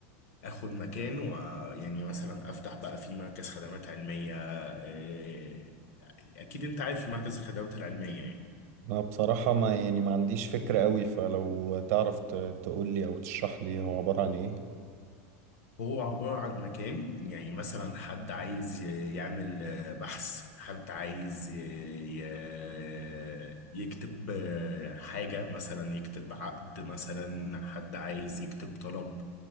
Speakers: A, on the left; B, on the right.
A: اخد مكان ويعني مثلا افتح بقى في مركز خدمات علميه إيه، اكيد انت عارف مركز الخدمات العلميه يعني
B: انا بصراحة ما يعني ما عنديش فكرة قوي فلو تعرف ت- تقول لي او تشرح لي هو عبارة عن ايه
A: هو عبارة عن مكان يعني مثلا حد عايز ي- يعمل آه، بحث حد عايز ي- ي- يكتب آه، حاجة مثلا يكتب عقد مثلا حد عايز يكتب طلب